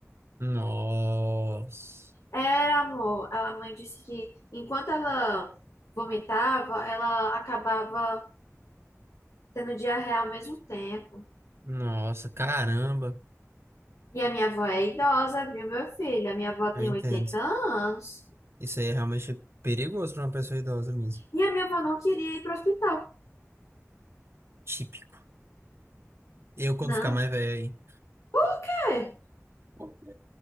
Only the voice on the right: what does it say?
Nossa.
Nossa, caramba.
Eu entendo.
Isso aí é realmente perigoso pra uma pessoa idosa mesmo.
Típico. Eu, quando
ficar mais velho aí.
Porque,